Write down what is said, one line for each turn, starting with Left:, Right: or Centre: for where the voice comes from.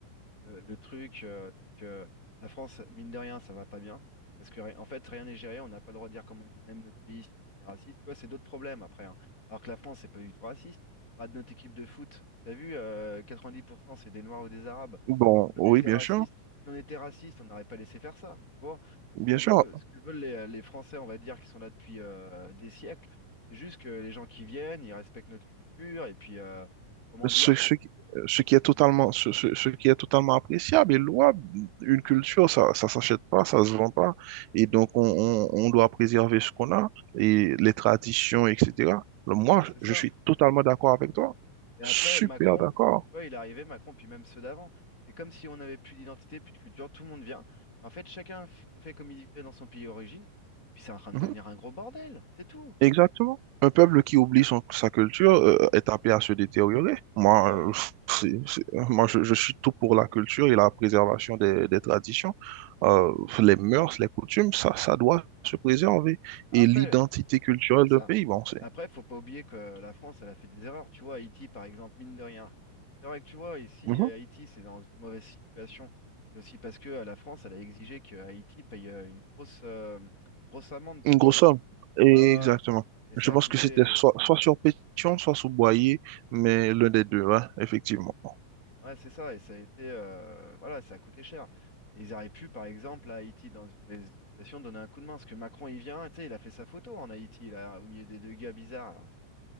Left: le, le truc, euh, c'est que la France, mine de rien, ça va pas bien. Parce que, ri- en fait, rien n'est géré, on n'a pas le droit de dire comment on aime notre pays, sinon on est raciste. Tu vois, c'est d'autres problèmes après. hein. Alors que la France, c'est pas du tout raciste. Regarde notre équipe de foot, t'as vu, euh, 90% c'est des Noirs ou des Arabes.
Right: Bon,
Left: Si
Right: oui,
Left: on était
Right: bien
Left: raciste,
Right: sûr,
Left: si on était raciste, on n'aurait pas laissé faire ça, tu vois. Ce
Right: bien
Left: qu'on
Right: sûr.
Left: veut, ce que veulent les, les Français, on va dire, qui sont là depuis euh, des siècles. C'est juste que les gens qui viennent, ils respectent notre culture, et puis, euh, comment
Right: Ce,
Left: dire,
Right: ce qui euh, ce qui est totalement, ce, ce- ce qui est totalement appréciable et louable. Une culture, ça, ça s'achète pas, ça se vend pas. Et donc, on, on- on doit préserver ce qu'on a et les traditions, etc. Moi,
Left: bah, c'est ça.
Right: je suis totalement d'accord avec toi.
Left: Et après,
Right: Super
Left: Macron,
Right: d'accord.
Left: tu vois, il est arrivé, Macron, puis même ceux d'avant. C'est comme si on n'avait plus d'identité, plus de culture, tout le monde vient. En fait, chacun f- fait comme il vivait dans son pays d'origine, et puis c'est en train de
Right: Mhm.
Left: devenir un gros bordel, c'est tout.
Right: Exactement. Un peuple qui oublie son, sa culture euh, est appelé à se détériorer. Moi,
Left: Bah oui.
Right: euh, <laughs> c'est- c'est- moi je, je suis tout pour la culture et la préservation des, des traditions. Euh, les mœurs, les coutumes, ça, ça doit se préserver.
Left: Après.
Right: Et l'identité culturelle
Left: C'est ça.
Right: d'un pays, bon, c'est
Left: Après, faut pas oublier que la France, elle a fait des erreurs. Tu vois, Haïti, par exemple, mine de rien. C'est vrai que tu vois, ici,
Right: Mhm.
Left: euh, Haïti, c'est dans une mauvaise situation. C'est aussi parce que euh, la France, elle a exigé que Haïti paye euh, une grosse, euh, une grosse amende, tu
Right: une grosse
Left: vois.
Right: somme. Et
Left: Ouais, ouais,
Right: exactement.
Left: ouais. Et ça
Right: Je
Left: a
Right: pense
Left: coûté.
Right: que c'était soit, soit sur Pétion, soit sur Boyer, mais l'un des deux, hein, effectivement. <laughs>
Left: Ouais, c'est ça. Et ça a été. euh, Voilà, ça a coûté cher. Et ils auraient pu, par exemple, à Haïti, dans une mauvaise situation, donner un coup de main. Parce que Macron, il vient, tu sais, il a fait sa photo en Haïti, là, au milieu des deux gars bizarres, là.